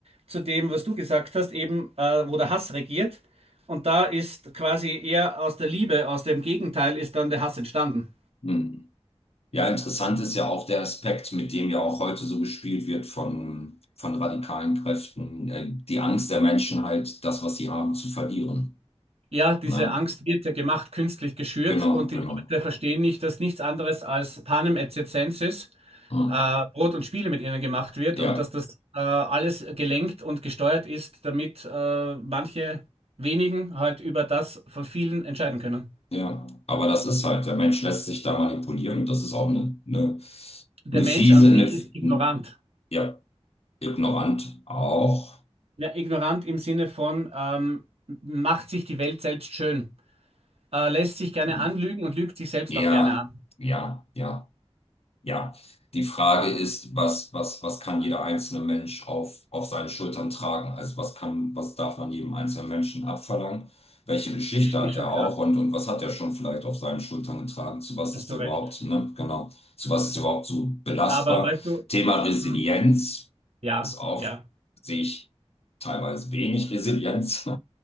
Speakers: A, on the right; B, on the left.
A: zu dem, was du gesagt hast, eben, äh, wo der Hass regiert. Und da ist quasi eher aus der Liebe, aus dem Gegenteil, ist dann der Hass entstanden.
B: hm. Ja, interessant ist ja auch der Aspekt, mit dem ja auch heute so gespielt wird von, von radikalen Kräften, äh, die Angst der Menschen halt, das, was sie haben, zu verlieren.
A: Ja, diese
B: Ne?
A: Angst wird ja gemacht, künstlich geschürt
B: Genau,
A: und
B: genau.
A: die Leute verstehen nicht, dass nichts anderes als Panem et circenses,
B: Hm.
A: äh, Brot und Spiele mit ihnen gemacht wird
B: Ja.
A: und dass das äh, alles gelenkt und gesteuert ist, damit äh, manche wenigen halt über das von vielen entscheiden können.
B: Ja, aber das ist halt, der Mensch lässt sich da manipulieren und das ist auch eine, eine,
A: Der
B: eine
A: Mensch
B: fiese,
A: an sich
B: eine, f-
A: ist ignorant.
B: ja, ignorant auch.
A: Ja, ignorant im Sinne von ähm, macht sich die Welt selbst schön, äh, lässt sich gerne
B: Hm.
A: anlügen und lügt sich selbst
B: Ja,
A: auch gerne an.
B: ja, ja. Ja, die Frage ist, was, was, was kann jeder einzelne Mensch auf, auf seinen Schultern tragen? Also was kann, was darf man jedem einzelnen Menschen abverlangen? Welche Geschichte
A: Ist,
B: hat
A: ist schon
B: er
A: klar,
B: auch und, und was hat er schon vielleicht auf seinen Schultern getragen? Zu was
A: hast
B: ist
A: du
B: er
A: recht.
B: überhaupt, ne? Genau. Zu was ist er überhaupt so belastbar?
A: Aber weißt du,
B: Thema Resilienz
A: mhm. Ja,
B: ist auch,
A: ja.
B: sehe ich teilweise wenig Resilienz. <laughs>